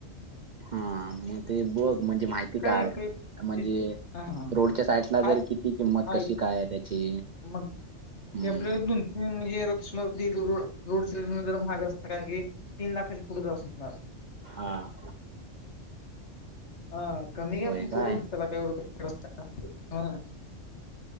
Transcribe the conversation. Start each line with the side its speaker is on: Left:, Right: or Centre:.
Right: हां, म ते बघ, म्हणजे माहिती
Left: काय
Right: काड,,
Left: काय
Right: म्हणजे
Left: ते हां, हां.
Right: रोडच्या साइट ला,
Left: हाय
Right: जर किती किंमत,
Left: आहेत.
Right: कशी काय, आहे त्याची?
Left: मग,
Right: हम्म
Left: ते आपले दोन-तीन <unintelligible> म्हणजे सम त रोड साईडणं जरा महाग असत, कारण की तीन लाखाच्या पुढ असणार.
Right: हां.
Left: हां, कमी आपण
Right: होय काय
Left: करून, त्याला काय एवढं का <unintelligible>